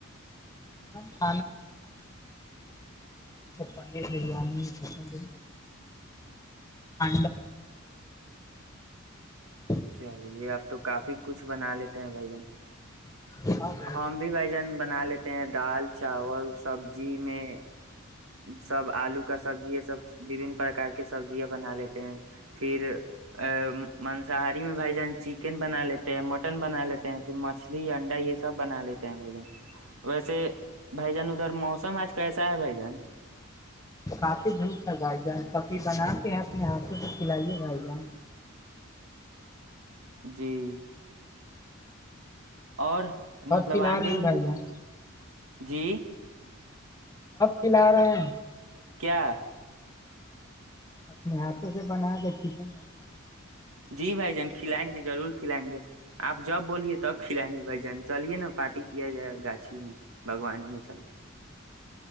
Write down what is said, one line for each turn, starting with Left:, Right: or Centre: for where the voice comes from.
Left: <unintelligible> پنیر بریانی چکن بریانی <inaudible> <unintelligible> ا
Right: چلی یہ آپ تو کافی کچھ بنا لیتے ہیں بھائی جن
Left: ہیں۔ ہاں بھائی
Right: ہم بھی بائی جان بنا لیتے ہیں دال چاول سبزی میں سب آلو کا سبزی یہ سببن پرک کار کے سبزیاں بنا لیتے ہیں پھر ا مانساہاری میں بھ جان چکن بنا لیتے ہیں مٹن بنا لیتے ہیں پھر مچھلی انڈا یہ سب بنا لیتے ہیں بھائی جان ویسے بھائی جان ادھر موسم آج کیسا ہے بھائی ں
Left: کافی دھوپ تھا بائی جان کفھی بنااتے ہیں اپنے ہاتھوں کو کھلائیے بھائی جان
Right: جی اور
Left: کب
Right: مطلب
Left: کھلا
Right: آندھی
Left: رہے
Right: وندھی
Left: ہیں بھائی جان
Right: جی
Left: کلار
Right: کیا
Left: اپنے ہاتھوں سے بنا کے چکن بنائیے
Right: جی بھائی جان کھلائیں گے ضرور کھلائیں گے آپ جب بولیے تب کھلائیں گے بھ جان چلیے نا پارٹی کیا جائے گاچھی میں بگوان میں چلیے